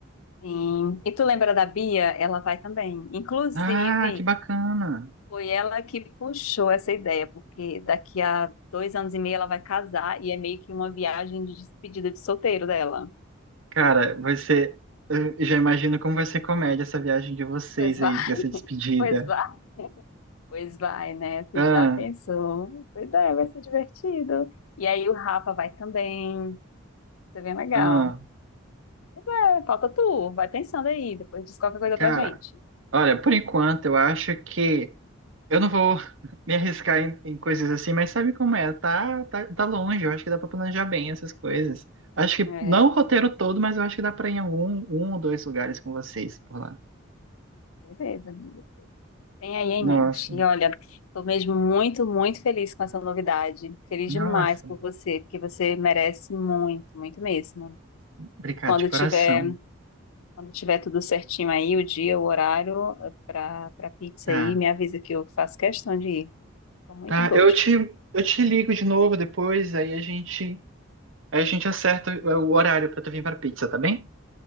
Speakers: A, on the left; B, on the right.
A: sim. E tu lembra da Bia? Ela vai também. Inclusive,
B: Ah, que bacana.
A: foi ela que puxou essa ideia, porque daqui a dois anos e meio ela vai casar e é meio que uma viagem de despedida de solteiro dela.
B: Cara, vai ser, eu já imagino como vai ser comédia essa viagem de vocês
A: Pois vai,
B: aí,
A: <laughs>
B: essa despedida.
A: pois vai, pois vai, né? Tu
B: Ah,
A: já pensou? Pois é, vai ser divertido. E aí o Rafa vai também. Isso é bem legal.
B: ah,
A: É, Falta tu, vai pensando aí, depois diz qualquer coisa
B: cara,
A: pra gente.
B: olha, por enquanto eu acho que Eu não vou <laughs> me arriscar em, em coisas assim, mas sabe como é? Tá, tá, tá longe, eu acho que dá pra planejar bem essas coisas. Acho que
A: É,
B: não o
A: pois
B: roteiro
A: é.
B: todo, mas eu acho que dá pra ir em algum, um ou dois lugares com vocês por lá.
A: Beleza, amigo. Tem aí em
B: Nossa,
A: mente. E olha, tô mesmo muito, muito feliz com essa novidade. Feliz
B: nossa,
A: demais por você, porque você merece muito, muito mesmo.
B: obrigado
A: E quando
B: de coração.
A: tiver, quando tiver tudo certinho aí, o dia, o horário para para pizza
B: Tá,
A: aí, me avisa que eu faço questão de ir. Com muito
B: tá,
A: gosto.
B: eu te, eu te ligo de novo depois, aí a gente, aí a gente acerta o o horário pra tu vir pra pizza, tá bem?